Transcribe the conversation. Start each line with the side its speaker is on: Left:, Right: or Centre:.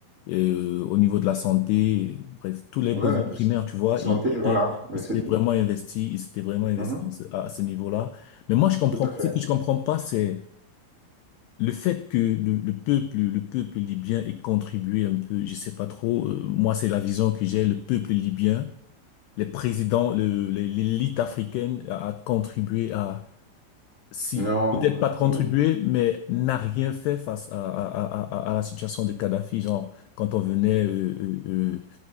Left: euh, au niveau de la santé, bref, tous les besoins
Right: Ouais,
Left: primaires, tu vois,
Right: santé,
Left: il,
Right: voilà.
Left: il,
Right: Mais
Left: il s'était
Right: c'est-
Left: vraiment investi, il s'était vraiment investi
Right: Mhm.
Left: à, à ce niveau-là. Mais moi, je comprends,
Right: Tout à fait.
Left: ce que je comprends pas, c'est le fait que le, le peuple, le peuple libyen ait contribué un peu, je sais pas trop, euh, moi, c'est la vision que j'ai, le peuple libyen, les présidents, le, le- l'élite africaine a, contribué à, si,
Right: Non,
Left: peut-être
Right: heu,
Left: pas contribué,
Right: ou
Left: mais n'a rien fait face à, à, à, à à la situation de Kadhafi, genre, quand on venait euh, euh, euh,